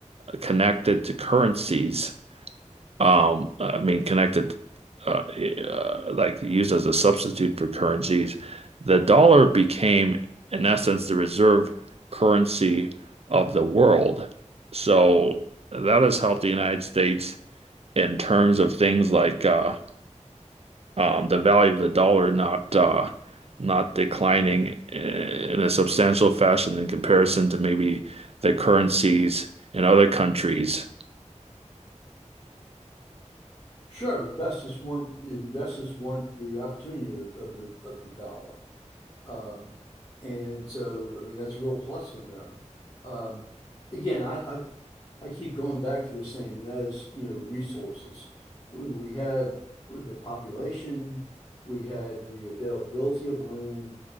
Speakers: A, on the right; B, on the left.
A: connected to currencies um, uh, I mean, connected, uh, uh, like used as a substitute for currencies. The dollar became, in essence, the reserve currency of the world. So that has helped the United States in terms of things like uh, um, the value of the dollar not uh, not declining eh, in a substantial fashion in comparison to maybe the currencies in other countries.
B: sure. Investors want investors want the opportunity of, of the of the dollar. Um, and so, I mean, that's a real plus for them. Um, again, I, I I keep going back to the same, and that is, you know, resources. We we have the population, we had the availability of land,